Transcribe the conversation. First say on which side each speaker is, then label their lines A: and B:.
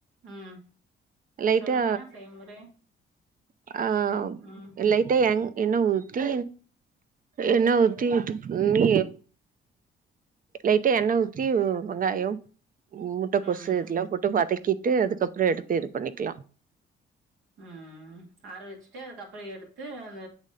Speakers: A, on the right (about 85°); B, on the right (about 45°).
A: ம்
B: லைட்டா
A: சொல்லுங்க செய்முறை
B: ஆ
A: ம்
B: லைட்டா எங் எண்ணெ ஊத்தி எண்ணெ ஊத்தி இது பண்ணி லைட்டா எண்ணெ ஊத்தி வெங்காயோ முட்டகோசு
A: ம் ம்
B: இதெல்லா போட்டு வதக்கிட்டு அதுக்கப்றோ எடுத்து இது பண்ணிக்கலா
A: ம் ஆற வச்சிட்டு அதுக்கப்பறோ எடுத்து அந்த